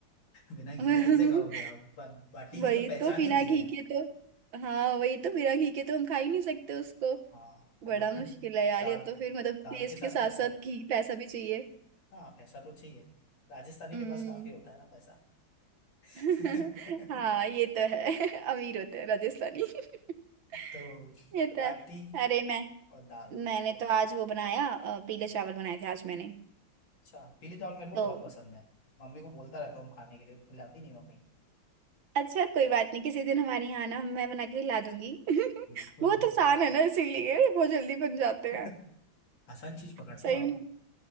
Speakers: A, on the left; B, on the right.
A: बिना घी
B: <laughs>
A: के कैसे खाओगे आप बा, बाटी की
B: वही
A: तो पहचान
B: तो बिना
A: ही घी
B: घी
A: है
B: के तो हाँ वही तो बिना घी के तो हम खा ही नहीं सकते उसको
A: हाँ
B: बड़ा
A: और फिर
B: मुश्किल है यार
A: दाल
B: ये तो फिर मतलब
A: दाल
B: टेस्ट
A: के साथ
B: के साथ
A: खाते
B: साथ
A: हैं
B: घी पैसा भी चाहिए
A: हाँ पैसा तो चाहिए राजस्थानी
B: हम्म
A: के पास काफी होता है ना पैसा <laughs>
B: <laughs> हाँ ये तो है <laughs> अमीर होते हैं राजस्थानी <laughs>
A: तो
B: ये तो
A: बाटी
B: है अरे मैं
A: और दाल
B: मैंने तो
A: दोनों
B: आज वो बनाया अ, पीले चावल बनाए थे आज मैंने
A: अच्छा पीले चावल मेरे को
B: तो
A: बहुत पसंद है मम्मी को बोलता रहता हूँ खाने के लिए खिलाती नहीं मम्मी
B: अच्छा कोई बात नहीं किसी दिन हमारे यहाँ ना मैं बना के ला दूंगी <laughs>
A: बिल्कुल
B: बहुत
A: बिल्कुल
B: आसान है ना इसीलिए बहुत जल्दी बन जाते
A: <laughs>
B: हैं
A: आसान चीज पकड़ते
B: सही
A: हो आप
B: में